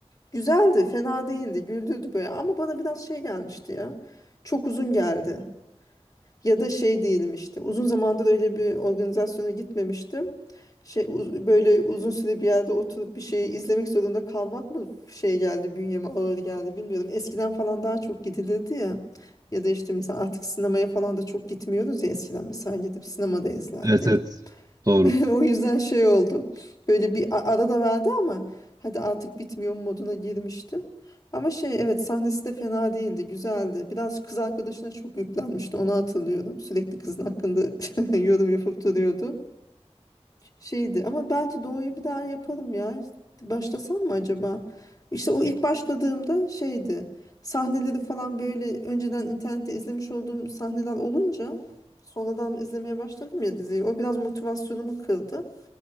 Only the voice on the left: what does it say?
Güzeldi, fena değildi, güldürdü böyle ama bana biraz şey gelmişti ya. Çok uzun geldi. Ya da şey değilim işte. Uzun zamandır öyle bir organizasyona gitmemiştim. Şey uz- böyle uzun süre bir yerde oturup bir şeyi izlemek zorunda kalmak mı şey geldi bünyeme ağır geldi bilmiyorum. Eskiden falan daha çok gidilirdi ya. Ya da işte mesela artık sinemaya falan da çok gitmiyoruz ya eskiden mesela gidip sinemada izlerdik.
<laughs> O yüzden şey oldu. Böyle bir a- ara da verdi ama hadi artık bitmiyor moduna girmiştim. Ama şey evet sahnesi de fena değildi, güzeldi. Biraz kız arkadaşına çok yüklenmişti, onu hatırlıyorum. Sürekli kızın hakkında <laughs> yorum yapıp duruyordu. Şeydi ama belki Doğu'yu bir daha yaparım ya. Başlasam mı acaba? İşte o ilk başladığımda şeydi. Sahneleri falan böyle önceden internette izlemiş olduğum sahneler olunca sonradan izlemeye başladım ya diziyi. O biraz motivasyonumu kırdı.